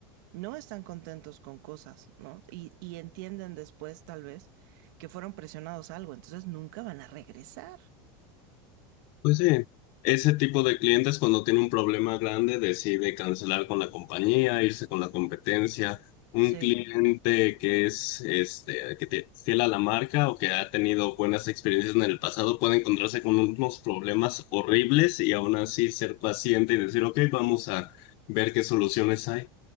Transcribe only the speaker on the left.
Pues sí, ese tipo de clientes cuando tiene un problema grande decide cancelar con la compañía, irse con la competencia. Un
cliente que es este, que te, fiel a la marca o que ha tenido buenas experiencias en el pasado puede encontrarse con unos problemas horribles y aún así ser paciente y decir, ok, vamos a ver qué soluciones hay.